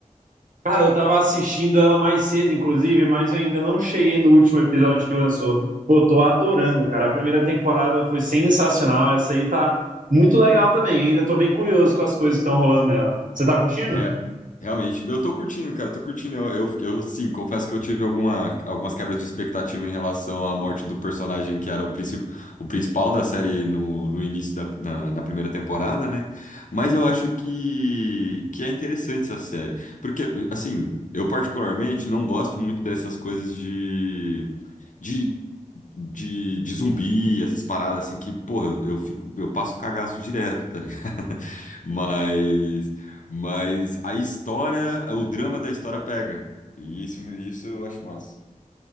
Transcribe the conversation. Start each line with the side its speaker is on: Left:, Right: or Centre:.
Right: Cara, eu tava assistindo ela mais cedo, inclusive, mas eu ainda não cheguei no último episódio que lançou. Pô, tô adorando, cara. A primeira temporada foi sensacional. Essa aí tá muito legal também. Ainda tô bem curioso com as coisas que estão rolando nela. Você tá curtindo?
Left: Rea- realmente, eu tô curtindo, cara, tô curtindo. Eu, eu, eu, sim, confesso que eu tive alguma, algumas quebras de expectativa em relação à morte do personagem que era o, princi o principal da série no, no início da na, na primeira temporada, né? Mas eu acho que, que é interessante essa série. Porque, assim, eu particularmente não gosto muito dessas coisas de, de de, de zumbi, essas paradas assim que, pô, eu, eu fico, eu passo cagaço direto, tá ligado? <laughs> Mas mas a história, o drama da história pega. E isso, me- isso eu acho massa.